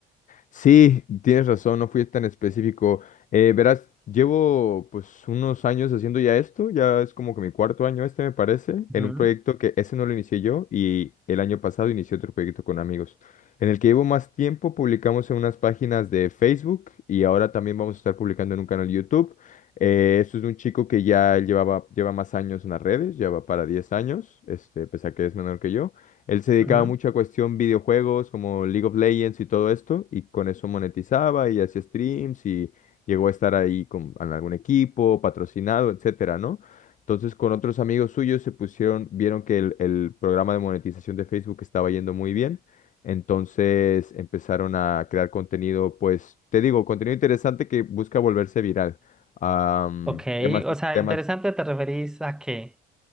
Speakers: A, on the left; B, in the centre.
A: Sí, tienes razón, no fui tan específico. Eh, verás, llevo pues unos años haciendo ya esto, ya es como que mi cuarto año este me parece,
B: Ujú,
A: en un proyecto que ese no lo inicié yo y el año pasado inicié otro proyecto con amigos. En el que llevo más tiempo publicamos en unas páginas de Facebook y ahora también vamos a estar publicando en un canal de YouTube. Eh, esto es de un chico que ya él llevaba, lleva más años en las redes, Lleva para 10 años, este, pese a que es menor que yo. Él se dedicaba
B: ujú.
A: mucho a cuestión videojuegos como League of Legends y todo esto, y con eso monetizaba y hacía streams y llegó a estar ahí con en algún equipo, patrocinado, etcétera, ¿no? Entonces con otros amigos suyos se pusieron, vieron que el, el programa de monetización de Facebook estaba yendo muy bien, entonces empezaron a crear contenido, pues te digo, contenido interesante que busca volverse viral. Am,
B: Ok,
A: temas,
B: o sea,
A: temas
B: interesante, ¿te referís a qué?